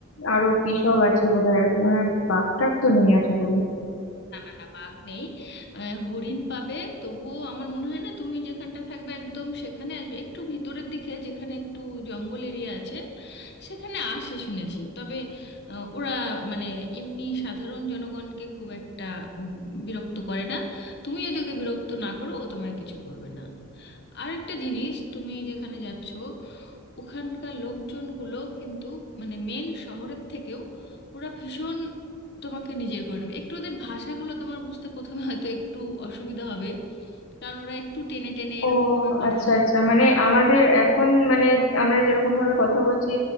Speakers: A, on the left; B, on the left.
A: আরো কি সব আছে বোধহয় মানে বাঘ টাগ তো নেই আশা করি
B: না না না বাঘ নেই আহ, হরিণ পাবে তবুও আমার মনে হয় না তুমি যেখানটা থাকবে একদম সেখানে আসবে একটু ভিতরের দিকে যেখানে একটু জঙ্গল এরিয়া আছে সেখানে আসে শুনেছি তবে আহ, ওরা মানে এমনি সাধারণ জনগণকে খুব একটা উম, বিরক্ত করে না তুমি যদি ওকে বিরক্ত না করো ও তোমায় কিছু করবে না আরেকটা জিনিস তুমি যেখানে যাচ্ছ ওখানকার লোকজনগুলো কিন্তু মানে মেন শহরের থেকেও ওরা ভীষণ তোমাকে নিজের করে নেবে একটু ওদের ভাষাগুলো তোমার বুঝতে প্রথমে হয়তো একটু অসুবিধা হবে কারণ ওরা একটু টেনে টেনে এরকম
A: ও
B: ভাবে কথা
A: আচ্ছা
B: বলে
A: আচ্ছা মানে আমাদের এখন মানে আমরা যেরকম ভাবে কথা বলছি